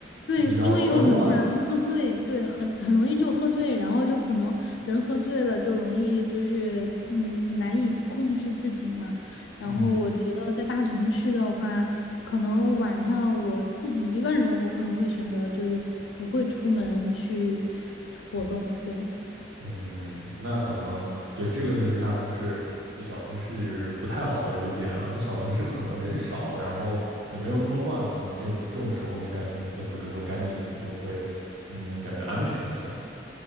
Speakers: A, on the left (about 80°); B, on the right (about 80°).
A: 对，
B: 就比较比较乱。
A: 因为有很多嗯人喝醉，对，很很容易就喝醉，然后就可能人喝醉了就容易就是嗯难以控制自己嘛。然后我觉得在大城市的话，
B: 嗯
A: 可能晚上我自己一个人，我可能会选择就是不会出门去活动，对。
B: 嗯，那可能对这个就是大城市比小城市不太好的一个点啊。你小城市可能人少，然后也没有那么乱，可能这种这种时候会干净，呃，不是会干净一些，就是会嗯感觉安全一些。